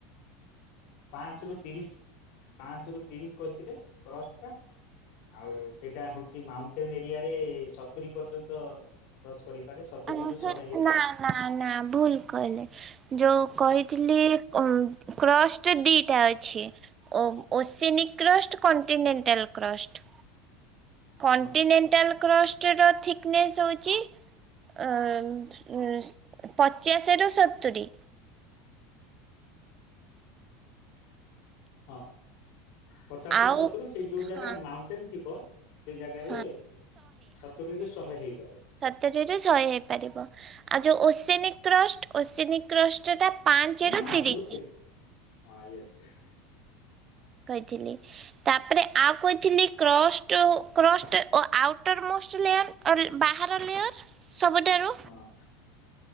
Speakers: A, on the left (about 65°); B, on the right (about 35°).
A: ପାଞ୍ଚରୁ ତିରିଶ ପାଞ୍ଚରୁ ତିରିଶ କହିଥିଲେ କ୍ରସଟଟା ଆଉ ସେଇଟା ହୋଉଚି ମାଉଣ୍ଟେନ ଏରିଆରେ ସତୁୁରୀ ପର୍ଯ୍ୟନ୍ତ କ୍ରସ କରିପାରେ ସତୁରିରୁ
B: ନା
A: ଶହେ ହେଇପାରେ।
B: ନା ନା ଭୁଲ କହିଲେ ଯୋଉ କହିଥିଲି ଉଁ କ୍ରସ୍ ଟ ଦିଇଟା ଅଛି ଓ ଓସେନିକ୍ କ୍ରସ କଣ୍ଟିନେଣ୍ଟାଲ୍ କ୍ରସଟ୍ କଣ୍ଟିନେଣ୍ଟାଲ
A: ହଁ
B: କ୍ରସଟ୍ ଥିକନେସ୍ ହୋଉଚି ଅ ଉଁ ପଚାଶ ରୁ ସତୁୁରୀ।
A: ହଁ ପଚାଶରୁ
B: ଆଉ
A: ସତୁରୀ ସେଇ ଯୋଉ ଜାଗାରେ
B: ହଁ
A: ମାଉଣ୍ଟେନ ଥିବ ସେଇ ଜାଗାରେ
B: ହଁ
A: ସତୁରୀରୁ ଶହେ ହେଇପାରେ।
B: ସତରୀର ଶହେ ହେଇପାରିବ ଆଉ ଯୋଉ ଓସେନିକ୍ କ୍ରଷ୍ଟ ଓସେନିକ କ୍ରଷ୍ଟଟା ପାଞ୍ଚେରୁ
A: ପାଞ୍ଚ
B: ତିରିଶ।
A: ରୁ ହଁ ୟେସ୍ ୟେସ୍।
B: କହିଥିଲି ତାପରେ
A: ହଁ
B: ଆଉ କହିଥିଲି କ୍ରଷ୍ଟ କ୍ରଷ୍ଟ ଓ ଆଉଟର ମୋଷ୍ଟ ଲେୟାର ଅଲ୍ ବାହାର ଲେୟାର ସବୁଠାରୁ
A: ହଁ।